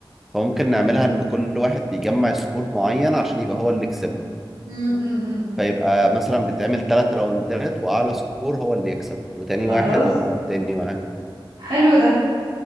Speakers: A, in the centre; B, on the right.
A: فممكن نعملها إن كل واحد بيجمع سكور معين عشان يبقى هو اللي يكسبها
B: امم امم أمم.
A: فيبقى مثلا بتتعمل ثلاث راوندات وأعلى سكور هو اللي يكسب وتاني
B: خلاص
A: واحد هو التاني معاه
B: حلو ده